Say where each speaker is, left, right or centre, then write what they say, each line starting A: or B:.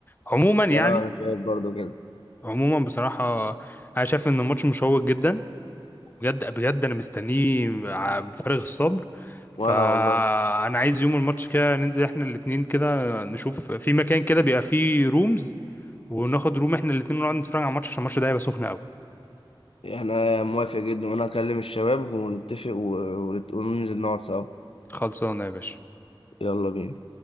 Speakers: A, on the left; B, on the left.
A: عموما يعني
B: لا أنا شايف برضو كده
A: عموما بصراحه انا شايف ان الماتش مشوق جدا بجد بجد انا مستنيه ع- بفارغ الصبر
B: وأنا
A: فانا
B: والله
A: عايز يوم الماتش كده ننزل احنا الاتنين كده نشوف في مكان كده بيبقى فيه رومز وناخد روم احنا الاتنين ونقعد نتفرج على الماتش عشان الماتش ده هيبقى سخن قوي
B: احنا موافق جدا وأنا هكلم الشباب ونتفق و- ونت- وننزل نقعد سوا
A: خلصانه يا باشا
B: يلا بينا